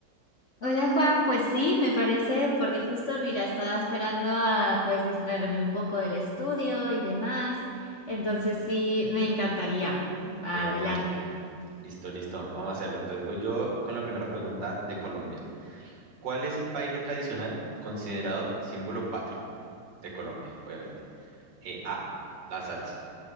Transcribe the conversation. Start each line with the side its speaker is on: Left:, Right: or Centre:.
Left: Hola Juan, pues sí, me parece, porque justo mira, estaba esperando a pues distraerme un poco del estudio y demás, entonces sí, me encantaría. Adelante.
Right: De una, listo, listo, vamos a hacerlo. Entonces voy yo con la primera pregunta de Colombia. ¿Cuál es el baile tradicional considerado símbolo patrio de Colombia, obviamente? Eh, A, la salsa.